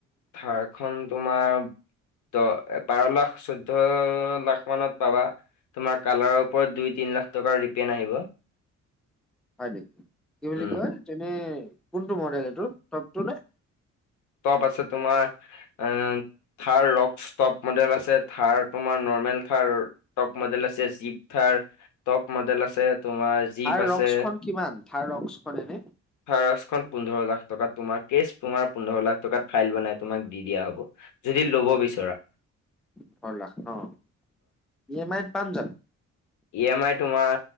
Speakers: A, on the left; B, in the centre.
A: থাৰখন তোমাৰ দহ বাৰ লাখ চৈধ্য লাখ মানত পাবা। তোমাৰ কালাৰৰ ওপৰত দুই তিনি লাখ টকা ৰিটাৰ্ণ আহিব।
B: হয় নেকি কি বুলি
A: উম।
B: কয় এনে কোনটো মডেল এইটো টপটো নে?
A: টপ আছে তোমাৰ অ থাৰ ৰক্ ষ্টপ মডেল আছে থাৰ তোমাৰ নৰ্মেল থাৰ টপ মডেল আছে জিপ থাৰ টপ মডেল আছে তোমাৰ জীপ
B: থাৰ
A: আছে।
B: ৰক্সখন কিমান থাৰ ৰক্সখন এনে
A: থাৰ ৰক্সখন পোন্ধৰ লাখ টকা তোমাৰ কেচ তোমাৰ পোন্ধৰ লাখ টকাত ফাইল বনাই তোমাক দি দিয়া হব যদি লব বিচৰা।
B: ওঠৰ লাখ ন ই এম আইত পাম জানো?
A: ই এ মাই তোমাৰ